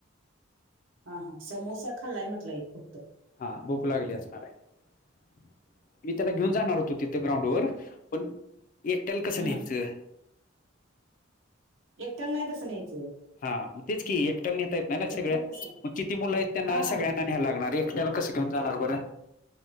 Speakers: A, on the right; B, on the left.
A: हा हा समोसा खाल्लाय म्हटलाय एक फक्त
B: हा भूक लागली असणार आहे मी
A: हम्म
B: त्याला घेऊन जाणार होतो तिथ ग्राउंड वर पण एकट्याला कसं
A: हम्म
B: न्यायचं
A: एकट्याला नाही तसं न्यायचं
B: हा मग तेच की एकट्याला नेता येत नाही ना सगळ्या
A: एकट्याला कसं
B: मग किती मुलं आहेत त्यांना
A: हा
B: सगळ्यां न्यायला लागणार एकटयाला कस घेऊन जाणार बरं